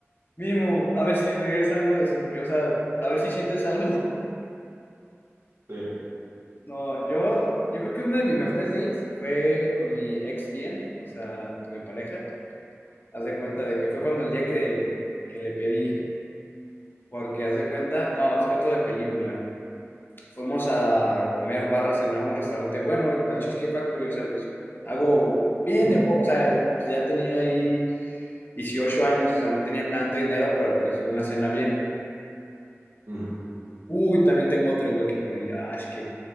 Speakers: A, on the left; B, on the right.
A: mínimo, a ver si regresa algo de sufrir, o sea, a ver si sientes algo. <laughs>
B: Sí.
A: No, yo, yo creo que uno de mis mejores dates fue con mi ex bien, o sea, con mi pareja. Haz de cuenta de que fue cuando el día que, que le pedí, porque haz de cuenta, no, sobre todo de película. fuimos a comer barra, cenar a un restaurante bueno, al Cheesecake Factory, o sea, pues algo bien
B: Ujú.
A: de, o sea, pues, ya tenía ahí 18 años, o sea, no tenía tanto dinero, pero pues una cena bien.
B: Ujú.
A: Uy, también tengo otra igual que con ella. Ah, es que